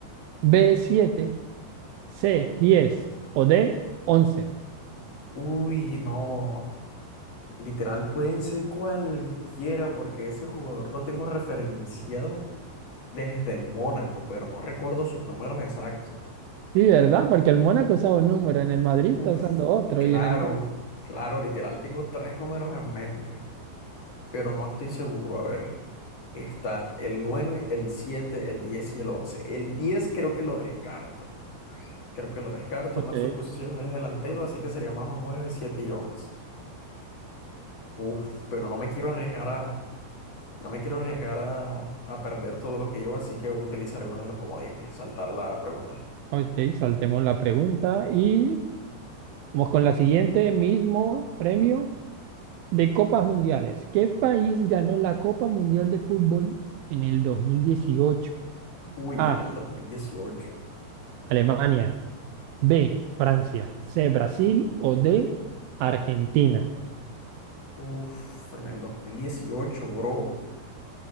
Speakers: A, on the right; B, on the left.
A: B, 7, C, 10 o D, once,
B: Uy, no. Literal, pueden ser cualquiera porque ese jugador lo tengo referenciado. desde el Mónaco, pero no recuerdo sus números exactos.
A: Sí, ¿verdad? Porque el Mónaco usaba un número, en el Madrid
B: Uf,
A: está usando otro
B: claro,
A: y en el...
B: claro, literal, tengo tres números en mente, pero no estoy seguro. A ver, está el 9, el 7, el 10 y el 11. El 10 creo que lo descarto. Creo que lo descarto,
A: Ok.
B: no es su posición, él es delantero, así que sería más un 9, 7 y 11. Uf, pero no me quiero arriesgar a, no me quiero arriesgar a, a perder todo lo que llevo, así que utilizaré uno de los comodines, saltar la pregunta.
A: Ok, saltemos la pregunta y vamos con la siguiente, mismo premio de Copas Mundiales. ¿Qué país ganó la Copa Mundial de Fútbol en el 2018?
B: Uy,
A: A,
B: en el 2018.
A: Alemania, B, Francia, C, Brasil o D, Argentina.
B: Uf, en el dos mil dieciocho bro.